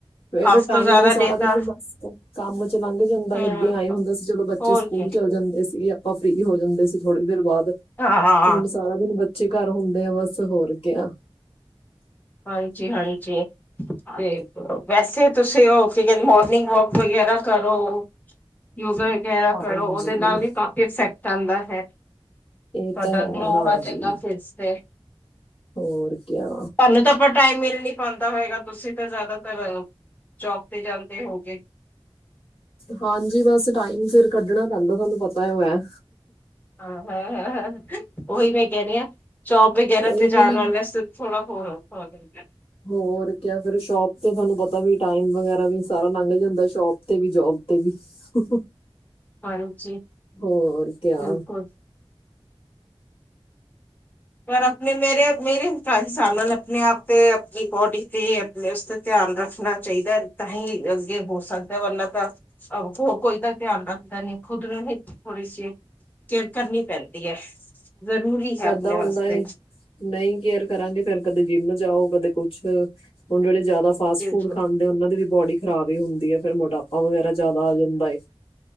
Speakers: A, on the left; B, on the left.
A: ਫੇਰ
B: ਹਾਫ
A: ਟਾਈਮ
B: ਤੋਂ ਜ਼ਿਆਦਾ
A: ਸਾਰਾ
B: ਡੇ
A: ਦਿਨ
B: ਤਾਂ
A: ਮਸ ਕੰਮ ਚ ਲੰਘ ਜਾਂਦਾ,
B: ਹੂੰ
A: ਅੱਗੇ ਆਏ ਹੁੰਦਾ ਸੀ ਚਲੋ ਬੱਚੇ
B: ਹੋਰ
A: ਸਕੂਲ
B: ਕੀ
A: ਚਲੇ ਜਾਂਦੇ ਸੀਗੇ। ਆਪਾਂ ਫ੍ਰੀ ਹੋ ਜਾਂਦੇ ਸੀ ਥੋੜੀ ਦੇਰ ਬਾਅਦ
B: ਹਾਂ
A: ਹੁਣ ਸਾਰਾ ਦਿਨ ਬ ਚੇ ਘਰ ਹੁੰਦੇ ਆ ਬਸ ਹੋਰ ਕਿਆ।
B: ਹਾਂਜੀ- ਹਾਂਜੀ। ਤੇ ਵੈਸੇ ਤੁਸੀਂ ਹੋ ਕੀ ਕਹਿੰਦੇ ਮੋਰਨਿੰਗ ਵਾਕ ਵਗੈਰਾ ਕਰੋ। ਯੋਗਾ ਵਗੈਰਾ
A: ਹਾਂਜੀ
B: ਕਰੋ ਉਹਦੇ ਨਾਲ ਵੀ ਕਾਫੀ ਇਫੈਕਟ ਆਉਂਦਾ ਹੈ।
A: ਇਹ
B: ਤੁਹਾਡਾ
A: ਤਾਂ ਹੈ
B: ਗਲੋ
A: ਹਾਂਜੀ
B: ਆਜਾਏਗਾ ਫੇਸ ਤੇ।
A: ਹੋਰ ਕਿਆ?
B: ਤੁਹਾਨੂੰ ਤਾਂ ਆਪਾਂ ਟਾਈਮ ਮਿਲ ਨੀ ਪਾਉਂਦਾ ਹੋਏਗਾ, ਤੁਸੀਂ ਤਾਂ ਜ਼ਿਆਦਾਤਰ ਜੋਬ ਤੇ ਜਾਂਦੇ ਹੋਉਗੇ।
A: ਹਾਂਜੀ, ਬਸ ਟਾਈਮ ਫਿਰ ਕੱਢਣਾ ਪੈਂਦਾ ਤੁਹਾਨੂੰ ਪਤਾ ਹੋ ਹੈ।
B: ਹਾਂ ਹੇ ਹੇ ਉਹੀ ਮੈਂ ਕਹਿ ਰਹੀ ਹਾਂ ਜੋਬ ਵਗੈਰਾ
A: ਉਹੀ
B: ਤੇ ਜਾਣ
A: ਵੀ
B: ਵਾਲਾ ਥੋੜਾ ਹੋਰ ਔਖਾ ਹੋ ਜਾਂਦਾ ਹੇ।
A: ਹੋਰ ਕਿਆ, ਫਿਰ ਸ਼ੋਪ ਤੇ ਤੁਹਾਨੂੰ ਪਤਾ ਵੀ ਟਾਈਮ ਵਗੈਰਾ ਵੀ ਸਾਰਾ ਲੰਘ ਜਾਂਦਾ ਸ਼ੋਪ ਤੇ ਵੀ ਜੋਬ ਤੇ ਵੀ। ਹ <unintelligible>
B: ਹਾਂਜੀ।
A: ਹੋਰ ਕਿਆ।
B: ਬਿਲਕੁਲ ਪਰ ਆਪਣੇ ਮੇਰੇ-ਮੇਰੇ ਹਿਸਾਬ ਨਾਲ ਆਪਣੇ ਆਪ ਤੇ, ਆਪਣੀ ਬੋਡੀ ਤੇ ਉਸ ਤੇ ਧਿਆਨ ਰੱਖਣਾ ਚਾਹੀਦਾ ਤਾਂ ਹੀ ਅੱਗੇ ਹੋ ਸਕਦਾ ਵਰਨਾਂ ਤਾਂ ਕੋਈ-ਕੋਈ ਤਾਂ ਧਿਆਨ ਰੱਖਦਾ ਨਹੀਂ ਖੁਦ ਨੂੰ ਹੀ ਥੋੜ੍ਹੀ ਚਿਰ ਕੇਅਰ ਕਰਨੀ ਪੈਂਦੀ ਹੈ। ਜ਼ਰੂਰੀ ਹੈ। ਆਪਣੇ
A: ਦਾ ਹੁੰਦਾ
B: ਵਾਸਤੇ
A: ਹੈ। ਨਹੀਂ ਕੇਅਰ ਕਰਾਂਗੇ ਫੇਰ ਕਦੇ ਜਿੰਮ ਜਾਓ, ਕਦੇ ਕੁਛ ਹੋਲੇ-ਹੋਲੇ ਜ਼ਿਆਦਾ ਫਾਸਟ-
B: ਬਿਲਕੁਲ
A: ਫੂਡ ਖਾਂਦੇ ਉਹਨਾਂ ਦੀ ਵੀ ਬੋਡੀ ਖਰਾਬ ਹੀ ਹੁੰਦੀ ਹੈ ਫਿਰ ਮੋਟਾਪਾ ਵਗੈਰਾ ਜਿਆਦਾ ਆ ਜਾਂਦਾ ਹੈ।